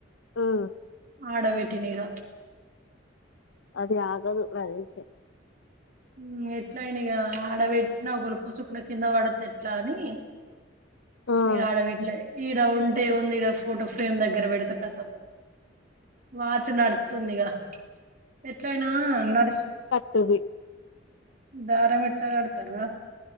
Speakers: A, on the left; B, on the right.
A: మ్మ్
B: ఆడపెట్టిన ఇగ
A: అది ఆగదు నాకు తెలిసి
B: మ్మ్ ఎట్లాయిన ఇగ ఆడబెట్టిన ఒకలుపు సుక్న కింద పడతరి ఇట్ల అని
A: ఉమ్
B: ఇగ ఆడ పెట్టలే ఈడ ఉంటే ఉంది ఇడ ఫోటో ఫ్రేమ్ దగ్గర పెడితే కథం వాచ్ నడుతుంది ఇగ ఎట్లయినా నడుస్
A: తుంది
B: దారమెట్ల కడతరు రా